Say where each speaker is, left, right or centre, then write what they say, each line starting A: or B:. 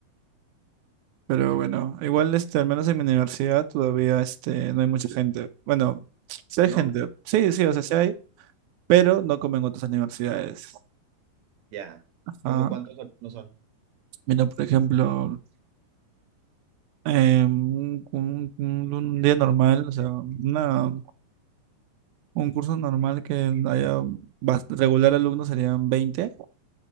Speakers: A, on the right; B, on the right.
A: pero bueno, igual este, al menos en mi universidad todavía este, no hay mucha gente. Bueno, sí hay
B: ¿No?
A: gente, sí, sí, o sea, sí hay, pero no como en otras universidades.
B: Ya. ¿Cómo
A: Ah,
B: cuántos no son?
A: mira, por ejemplo. Eh, un, un- un- un día normal, o sea, una, un curso normal que haya bas- regular alumnos serían veinte